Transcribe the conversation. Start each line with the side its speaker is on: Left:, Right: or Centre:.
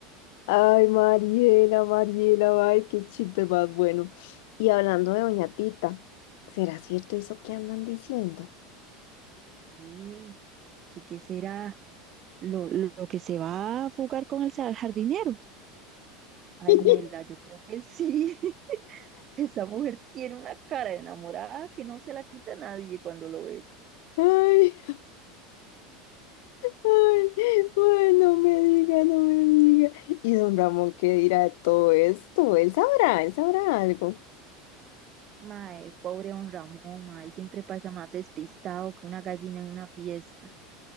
Left: Ay, Mariela, Mariela, ay, qué chiste más bueno. Y hablando de Doña Tita, ¿será cierto eso que andan diciendo?
Right: ¿Qué, qué, qué será? ¿Lo, lo, lo que se va a fugar con el sa- jardinero? Ay,
Left: <laughs>
Right: Mela, yo creo que sí. <laughs> Esa mujer tiene una cara de enamorada que no se la quita nadie cuando lo ve.
Left: Ay, ay, ay, no me diga, no me diga. ¿Y don Ramón qué dirá de todo esto? Él sabrá, él sabrá algo.
Right: Mae, pobre don Ramón, mae, él siempre pasa más despistado que una gallina en una fiesta.